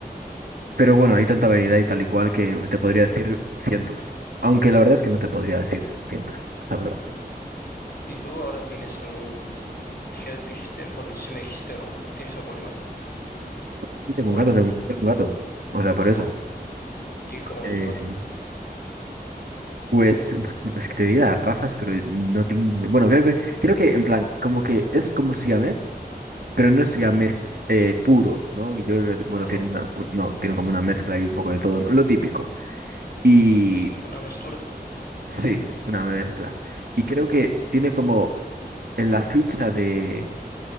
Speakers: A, on the right (about 70°); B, on the left (about 70°).
A: pero bueno, hay tanta variedad y tal y cual que te podría decir cientos. Aunque la verdad es que no te podría decir cientos, la verdad.
B: ¿Y tú ahora tienes algún... dije- dijiste, bueno, no sé si me dijiste o no, ¿tienes algún animal?
A: Sí, tengo
B: ¿O
A: un gato,
B: algún...
A: tengo, tengo un gato. O sea, por eso.
B: no? ¿Y cómo
A: Eh,
B: es tu gato?
A: pues <laughs> es que te diría las razas, pero no tengo. Bueno, creo que, creo que en plan, como que es como siamés. pero no es siamés
B: ¿Mm?
A: eh, puro, ¿no? Yo creo que, bueno,
B: Ah,
A: tiene
B: no,
A: una, un- no, tiene como una mezcla y un poco de todo, ¿no? Lo típico. Y
B: una mestura.
A: sí, una mezcla. Y creo que tiene como en la ficha de,